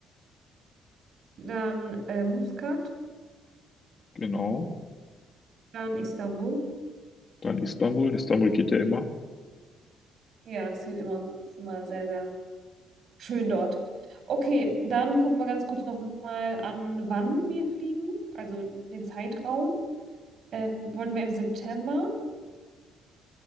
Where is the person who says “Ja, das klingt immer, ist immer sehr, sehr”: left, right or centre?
Right